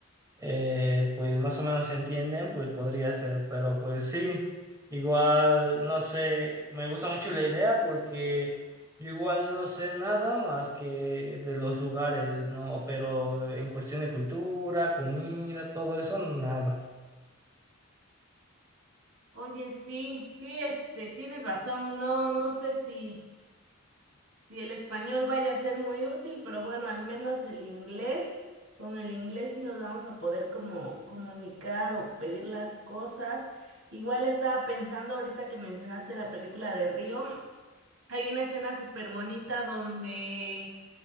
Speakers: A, on the right; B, on the right.
A: eh, pues más o menos se entienden, pues podría ser, pero pues sí, igual, no sé, me gusta mucho la idea porque yo igual no sé nada más que de los lugares, ¿no? Pero en cuestión de cultura, comida, todo eso, nada.
B: <laughs> Oye, sí, sí, este, tienes razón, no, no sé si, si el español vaya a ser muy útil, pero bueno, al menos el inglés. Con el inglés sí nos vamos a poder como comunicar o pedir las cosas. Igual estaba pensando ahorita que mencionaste la película de Río, Hay una escena súper bonita donde,